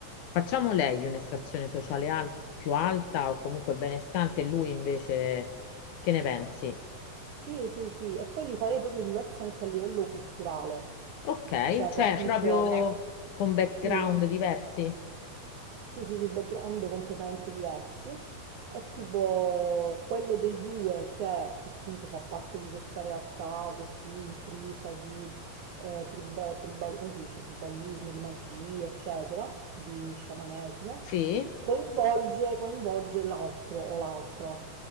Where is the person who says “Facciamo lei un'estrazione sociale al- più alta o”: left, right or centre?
Left